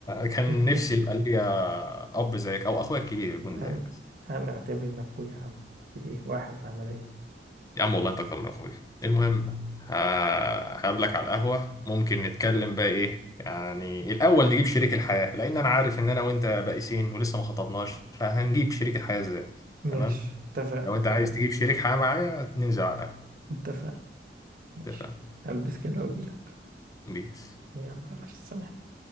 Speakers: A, on the left; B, on the right.
A: كان
B: <laughs>
A: نفسي يبقى ليا اب زيك او اخويا الكبير يكون
B: هن...
A: زيك
B: هنعتبر إنك أخويا يا عم في إيه واحد عملية
A: يا عم والله انت اكتر من اخويا المهم ه- هقابلك على القهوة ممكن نتكلم بقى ايه يعني الاول نجيب شريك الحياة لان انا عارف ان انا وانت بائسين ولسه ما خطبناش فهنجيب شريك الحياة ازاي
B: ماشي
A: تمام
B: اتفقنا
A: لو انت عايز تجيب شريك حياة معايا ننزل على القهوة
B: اتفقنا ماشي
A: اتفقنا
B: هلبس كده واجيلك
A: بيس
B: يلا يا باشا سلام